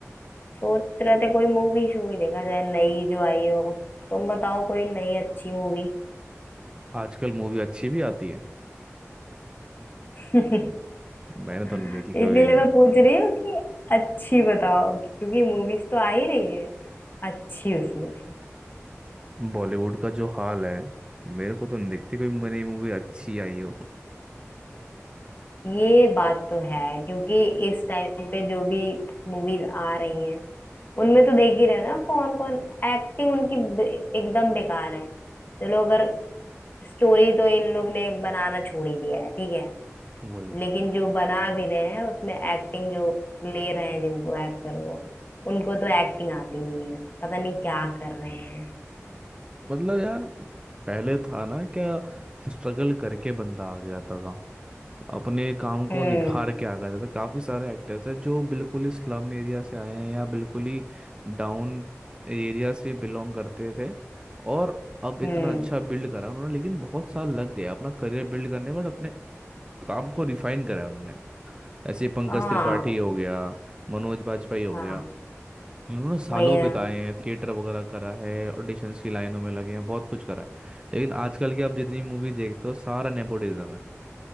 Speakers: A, on the left; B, on the right.
A: सोच रहे थे कोई मूवी शूवी देखा जाए नई जो आई हो तुम बताओ कोई नई अच्छी मूवी
B: आजकल मूवी अच्छी भी आती है
A: <laughs>
B: मैंने तो
A: इसीलिए
B: नहीं देखी कभी
A: मैं पूछ रही हूँ कि अच्छी बताओ क्योंकि मूवीज तो आ ही रही है अच्छी उसमें से
B: बॉलीवुड का जो हाल है मेरे को तो नहीं दिखती कोई मनी मूवी अच्छी आई हो
A: ये बात तो है क्योंकि इस टाइम पे जो भी मूवीज आ रही हैं उनमें तो देख ही रहे हो ना कौन कौन एक्टिंग उनकी बे- एकदम बेकार है चलो अगर स्टोरी तो इन लोग ने बनाना छोड़ ही दिया है ठीक है
B: वही
A: लेकिन जो बना भी रहे हैं उसमें एक्टिंग जो ले रहे हैं जिनको एक्टर वो उनको तो एक्टिंग आती नहीं है पता नहीं क्या कर रहे हैं
B: मतलब यार पहले था ना क्या स्ट्रगल करके बंदा आ गया था था अपने काम को
A: हम्म
B: निखार के आ गए थे तो काफी सारे एक्टर्स हैं जो बिल्कुल ही स्लम एरिया से आए हैं या बिल्कुल ही डाउन एरिया से बिलोंग करते थे और अब इतना
A: हम्म
B: अच्छा बिल्ड करा उन्होंने लेकिन बहुत साल लग गया अपना करियर बिल्ड करने में और अपने काम को रिफाइन करा उन्होंने ऐसे पंकज
A: हाँ
B: त्रिपाठी हो गया मनोज बाजपेयी हो
A: हाँ
B: गया इन्होंने सालों
A: वही ना
B: बिताए हैं थिएटर वगैरह करा है ऑडिशंस की लाइनों में लगे हैं बहुत कुछ करा है लेकिन आजकल की आप जितनी मूवी देखते हो सारा नेपोटिज्म है